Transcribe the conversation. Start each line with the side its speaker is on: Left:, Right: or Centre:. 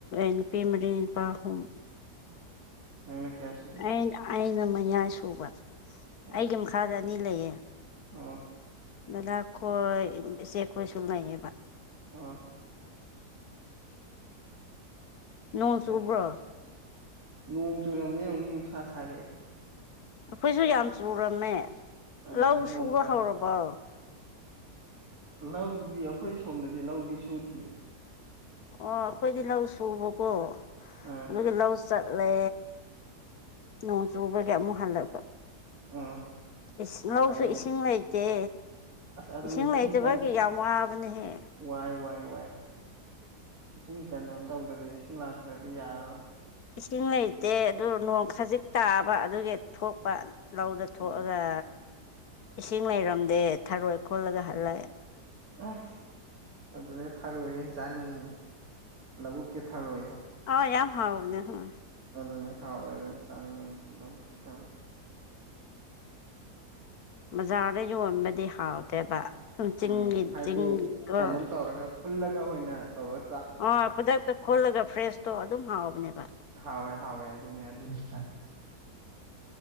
Left: ꯅꯨꯄꯤ ꯃꯔꯤ ꯅꯨꯄꯥ ꯑꯍꯨꯝ
Right: ꯂꯩ ꯀꯌꯥꯁ
Left: ꯑꯩꯅ ꯑꯩꯅ ꯃꯌꯥꯏ ꯁꯨꯕ
Right: ꯑꯣ
Left: ꯑꯩꯒꯤ ꯃꯈꯥꯗ ꯑꯅꯤ ꯂꯩꯌꯦ
Right: ꯑꯣ
Left: ꯗꯗꯥꯈꯣꯏ ꯏꯆꯦ ꯈꯣꯏꯁꯨ ꯂꯩꯌꯦꯕ
Right: ꯑ
Left: ꯅꯣꯡ
Right: ꯐꯩ
Left: ꯆꯨꯕ꯭ꯔꯣ
Right: ꯅꯣꯡ ꯆꯨꯔꯝꯃꯦ ꯑꯃꯨꯛ ꯅꯨꯡꯁꯥ ꯁꯥꯔꯛꯑꯦ
Left: ꯑꯩꯈꯣꯏꯁꯨ ꯌꯥꯝ ꯆꯨꯔꯝꯃꯦ
Right: ꯑꯥ
Left: ꯂꯧ
Right: ꯅꯣꯡ
Left: ꯁꯨꯕ
Right: ꯀ
Left: ꯍꯧꯔꯕꯣ
Right: ꯂꯧꯗꯤ ꯑꯩꯈꯣꯏ ꯁꯣꯝꯗꯗꯤ ꯂꯧꯗꯤ ꯁꯨꯗꯌꯦ
Left: ꯑꯣ ꯑꯩꯈꯣꯏꯗꯤ ꯂꯧ ꯁꯨꯕꯀꯣ
Right: ꯑ
Left: ꯑꯗꯨꯒ ꯂꯧ ꯆꯠꯂꯦ ꯅꯣꯡ ꯆꯨꯕꯒꯤ ꯑꯃꯨꯛ ꯍꯜꯂꯛꯄ
Right: ꯑꯥ
Left: ꯏꯁꯤꯡ ꯂꯧꯁꯨ
Right: ꯐꯩꯌꯦ
Left: ꯏꯁꯤꯡ ꯂꯩꯇꯦ
Right: ꯑꯁ ꯑꯗꯨꯅꯤ
Left: ꯏꯁꯤꯡ ꯂꯩꯇꯕꯒꯤ
Right: ꯀꯟ
Left: ꯌꯥꯝ ꯋꯥꯕꯅꯦꯍꯦ
Right: ꯋꯥꯏ ꯋꯥꯏ ꯋꯥꯏ ꯏꯁꯤꯡ ꯀꯟꯅ ꯑꯃ ꯇꯧꯗ꯭ꯔꯗꯤ ꯏꯁꯤꯡ ꯂꯥꯛꯇ꯭ꯔꯗꯤ ꯌꯥꯔꯔꯣꯏ
Left: ꯏꯁꯤꯡ ꯂꯩꯇꯦ ꯑꯗꯨ ꯅꯣꯡ ꯈꯖꯤꯛ ꯇꯥꯕ ꯑꯗꯨꯒꯤ ꯊꯣꯛꯄ ꯂꯧꯗ ꯊꯣꯛꯑꯒ
Right: ꯑꯣ
Left: ꯏꯁꯤꯡ ꯂꯩꯔꯝꯗꯦ ꯊꯔꯣꯏ ꯈꯣꯜꯂꯒ ꯍꯜꯂꯦ
Right: ꯑ ꯑꯗꯨꯅꯦ ꯊꯔꯣꯏ ꯆꯥꯅꯤꯡꯉꯤꯅꯦ ꯂꯧꯕꯨꯛꯀꯤ ꯊꯔꯣꯏꯗ
Left: ꯑꯥꯎ ꯌꯥꯝ ꯍꯥꯎꯕꯅꯦ ꯍꯣꯏ
Right: ꯑꯗꯨꯅ ꯍꯥꯎꯋꯦ ꯑꯗꯨꯅ ꯆꯥꯅꯤꯡꯉ ꯂꯧꯕꯛꯀꯤ ꯊꯕꯛ
Left: ꯕꯖꯥꯔꯗ ꯌꯣꯟꯕꯗꯤ ꯍꯥꯎꯇꯦꯕ ꯁꯝ ꯆꯤꯡꯒꯤ
Right: ꯎꯝ ꯍꯥꯏꯗꯤ
Left: ꯆꯤꯡꯗꯣ
Right: ꯀꯩꯅꯣꯝ ꯇꯧꯔꯒ ꯐꯨꯜꯂꯒ ꯑꯩꯣꯏꯅ ꯇꯧꯔ
Left: ꯑꯣ ꯈꯨꯗꯛꯇ ꯈꯨꯜꯂꯒ ꯐ꯭ꯔꯦꯁꯇꯣ ꯑꯗꯨꯝ ꯍꯥꯎꯕꯅꯦꯕ
Right: ꯍꯣꯏ ꯍꯥꯎꯣꯏ ꯑꯗꯨꯅ ꯑꯗꯨꯅꯤ